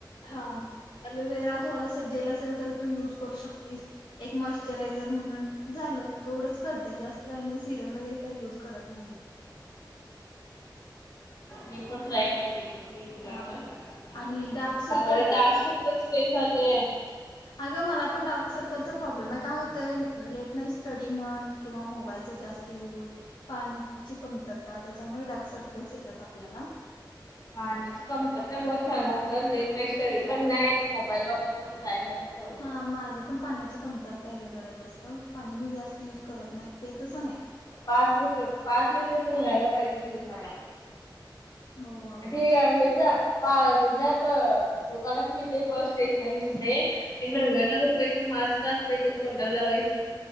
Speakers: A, on the left; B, on the left.
A: हां ॲलोवेरा थोडासा जेल असेल तर तू युज करू शकतीस. एक मॉशरायझर म्हणून झालं, तेवढंच करतेय जास्त काही नाही सिरम वगैरे काही युज करत नाही मी.
B: मी पण ट्राय करते मी घरी गेल्यावर
A: हा आणि डार्क सर्कल
B: अ
A: तर
B: डार्क
A: मला
B: स- खूप स्पेस झालीय.
A: अगं मला पण डार्क सर्कलचा प्रॉब्लेम आहे. काय होत लेट नाईट स्टडी म्हण, किंवा मोबाईलचा जास्त यूज- पाणीची कमतरता त्याच्यामुळे डार्क सर्कल्स येतात आपल्याला,
B: पाहण्याची कमतरता मुळं झाला असल, लेट नाईट स्टडी पण नाही र मोबाईल वापर पण काय नाही असं,
A: हा माझ पण पाण्याची कमतरता आहे ग जरा जास्त पाणी मी जास्त युज करत नाही पेतंच नाही.
B: पाच लिटर पाच लिटरत व्हायला पाहिजे दिवसाला.
A: हो अगं
B: अ ते हे जा हेच्यात दुकानात मी दे. बसं स्टेशनरी मध्ये
A: हा
B: नव्याण्णव रुपयाचं मास्क असतंय बघ तोंडाला लावायचं.